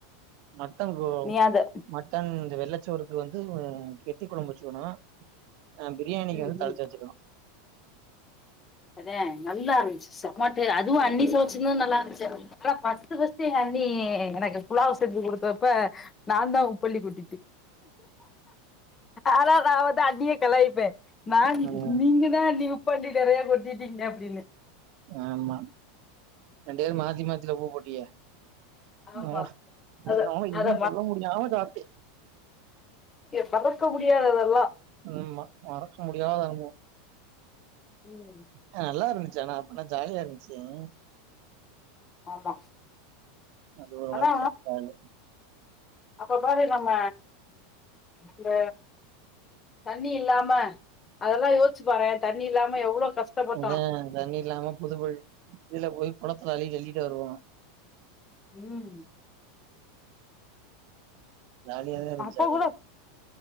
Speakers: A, on the right; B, on the left.
A: மட்டன் ப்ரோ
B: நீ அது
A: மட்டன் எ வெள்ளச்சோறுக்கு வந்து கெட்டி கொழம்பு வச்சுக்கணு அ பிரியாணிக்கி
B: ம்
A: வந்து தாளிச்சா
B: ம்
A: வச்சுக்கணு
B: அதே நல்லாருந்துச்சு செம டே அதுவு அன்னி ஃபோர்ட்ஸ் தின்னு நல்லாருந்துச்சு அதுவு <unintelligible> ஃபர்ஸ்ட் ஃபர்ஸ்ட் என் அண்ணி எனக்கு புலாவ் செஞ்சி குடுத்தப்ப நா தா உப்பள்ளி கொட்டிட்டு ஆனா நா வந்து அண்ணிய கலாயிப்பே நா ந் ந்
A: ம்
B: ந் நீங்க தா அண்ணி உப் பள்ளி நறையா கொட் டிட்டிங்க அப்டின்னு
A: ஆமா ரெண்டு பேரு மாத்தி மாத்தில உப்பு போட்டீங்க
B: ஆமா
A: பா
B: அத
A: என்னவோ இதுன்னு
B: அத
A: சொல்ல முடியாம சாப்ட்டி
B: பத்தக முடியாது அதெல்லா
A: ம்மா மறக்க முடியத அனுபவோ
B: ம்
A: அ நல்லா இருந் ச்சு அனா அனா ஜாலியா இருந்துச்சு ம்
B: ஆமா
A: அது ஒரு
B: ஆனா
A: வாழ்க்க அது
B: அப்ப பாரு நம்ம இந்த தண்ணி இல்லாம அதெல்லா யோசிச்சு பாறே தண்ணி இல்லாம எவ்ளோ கஷ்டப்பட்டோ
A: அதான் தண்ணி இல்லாம புதுபழி இதுல போய் குளத்துல அள்ளிட்டு அள்ளிட்டு வருவோம்
B: ம்
A: ஜாலியாதா இருந்துச்
B: அப்ப
A: அதுவும்
B: கூட